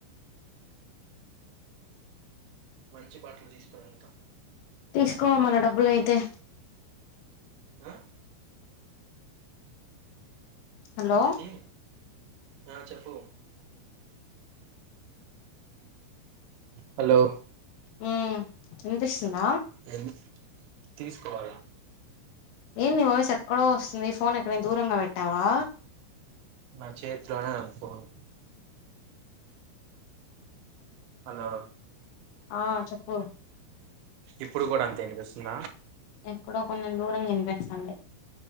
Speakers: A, on the right (about 75°); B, on the left (about 80°).
A: మంచి బట్టలు తీసుకుని వెళ్తా
B: తీసుకో మన డబ్బులు అయితే
A: ఆ
B: హలో
A: ఏంది ఆ చెప్పు హలో
B: ఉమ్ వినిపిస్తుంద
A: ఏంది తీసుకోవాల
B: ఏంది వాయిస్ ఎక్కడో వస్తుంది. ఫోన్ ఎక్కడైనా దూరంగా పెట్టావా.
A: నా చేతిలోనే ఉంది ఫోను హలో
B: ఆ చెప్పు
A: ఇప్పుడు కూడా అంతే వినిపిస్తుందా
B: ఎక్కడో కొంచెం దూరంగ వినిపిస్తాంది.